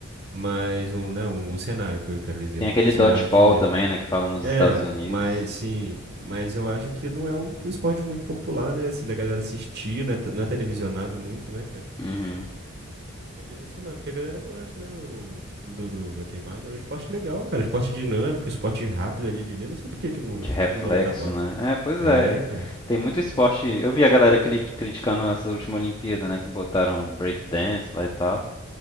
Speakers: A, on the right; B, on the left.
A: Mas um, né, um, um cenário que eu quero dizer.
B: Tem
A: Um
B: aquele
A: cenário
B: dodgeball
A: de.
B: também, né? Que falam nos
A: É,
B: Estados Unidos.
A: mas sim, mas eu acho que não é um esporte muito popular, né? Assim, da galera assistir, não é, t- não é televisionado muito, né, cara?
B: Uhum.
A: Poderia ser, mas porque a galera gosta, né? o- do, do, do- da queimada. É um esporte legal, cara. Esporte dinâmico, esporte rápido ali de ver. Não sei por que que não,
B: De reflexo,
A: não dá muita bola.
B: né? É, pois
A: É,
B: é.
A: cara.
B: Tem muito esporte. Eu vi a galera cri- criticando essas últimas Olimpíadas, né? Que botaram breakdance lá e tal.